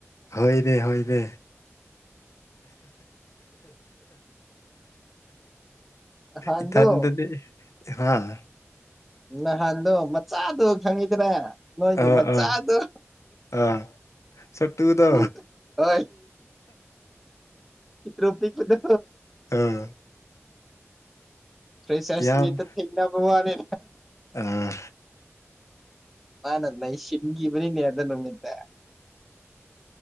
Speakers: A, on the left; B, in the centre.
A: ꯍꯣꯏꯅꯦ ꯍꯣꯏꯅꯦ
B: ꯅꯍꯥꯟꯗꯣ
A: ꯏꯊꯟꯗꯗꯤ ꯍꯥꯥ
B: ꯅꯍꯥꯟꯗꯣ ꯃꯆꯥꯗꯣ ꯈꯪꯉꯤꯗ꯭ꯔꯦ ꯅꯣꯏꯒꯤ
A: ꯑꯥ
B: ꯃꯆꯥꯥ
A: ꯑꯥ
B: ꯑꯗꯨ
A: ꯑꯥ ꯁꯛꯇꯨꯗꯣ
B: ꯎ ꯍ ꯏꯇ꯭ꯔꯣꯄꯤꯤꯗ
A: ꯑꯥ
B: ꯐ꯭ꯔꯦꯁꯔꯁ
A: ꯌꯥꯝ
B: ꯃꯤꯇ ꯊꯦꯡꯅꯕꯣꯅꯤ
A: ꯑꯥ
B: ꯃꯥꯅ ꯁꯤꯒꯤꯕꯅꯤ ꯅꯔꯗ ꯅꯅꯨꯡꯃꯤꯠꯇ <inaudible>